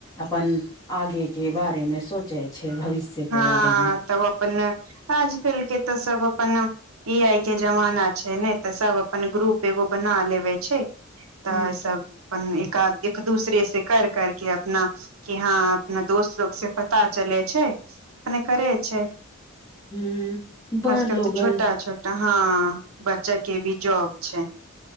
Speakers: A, on the left; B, on the right.
A: अपन आगे के बारे में सोचे छै भविष्य
B: हँ
A: के बारे में।
B: तब अपने आजकल के तऽ सब अपन त। ऐ आय के जवाना छै ने तऽ सब अपन ग्रुप एगो बना लेबे छै। दाय
A: मे
B: सब अपन एका एक दूसरे से। कर कर के अपना कि हँ, अपना दोस्त लोग से पता चले छैया। अपने करे छैय,
A: हूँ बड़
B: आजकल
A: लोगन
B: तऽ छोटा छ। हाॅ बच्चा के भी जॉब छैय।